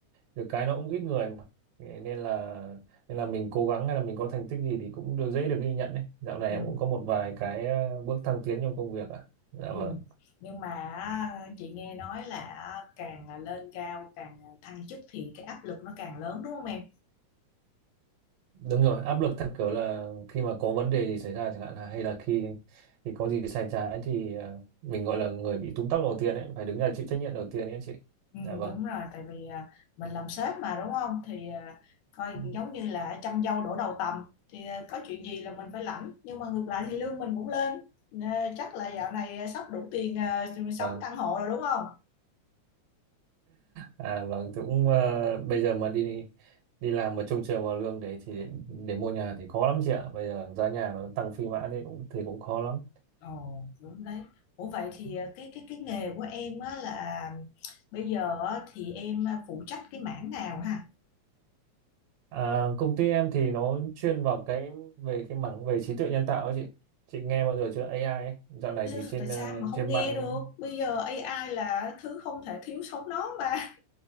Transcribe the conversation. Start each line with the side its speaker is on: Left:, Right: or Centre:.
Right: được cái nó cũng ít người mà Thế nên là nên là mình cố gắng hay là mình có thành tích gì thì cũng được dễ được ghi nhận đấy dạo này
Left: ừ
Right: em cũng có một vài cái ờ, bước thăng tiến trong công việc ạ dạ
Left: ừ
Right: vâng
Left: nhưng mà chị nghe nói là càng lên cao càng thăng chức thì cái áp lực nó càng lớn đúng không em
Right: đúng rồi áp lực theo kiểu là khi mà có vấn đề gì xảy ra chẳng hạn là hay là khi thì có gì sai trái thì ờ, mình gọi là người bị túm tóc đầu tiên ấy phải đứng ra chịu trách nhiệm đầu tiên ấy chị
Left: Ừ,
Right: dạ vâng
Left: đúng rồi tại vì à, mình làm sếp mà đúng không thì à, coi
Right: <laughs>
Left: giống như là trăm dâu đổ đầu tầm thì à, có chuyện gì là mình phải lãnh nhưng mà ngược lại thì lương mình cũng lên Nè, chắc là dạo này à, sắp đủ tiền à,
Right: vâng
Left: sống căn hộ rồi đúng không?
Right: à vâng tôi cũng ờ, bây giờ mà đi đi làm mà trông chờ vào lương đấy thì để mua nhà thì khó lắm chị ạ bây giờ giá nhà nó tăng phi mã thì cũng thì cũng khó lắm
Left: Ồ đúng đấy. Ủa vậy thì
Right: ừ.
Left: à, cái cái cái nghề của em á là bây giờ á, thì em à, phụ trách cái mảng nào ha?
Right: À, công ty em thì nó chuyên vào cái về cái mảng về trí tuệ nhân tạo ấy chị. Chị nghe bao giờ chưa AI ấy. Dạo này
Left: Tại
Right: thì
Left: sao
Right: trên
Left: tại
Right: ờ,
Left: sao mà không
Right: trên
Left: nghe
Right: mạng
Left: được? Bây giờ AI là thứ không thể thiếu sống nó mà.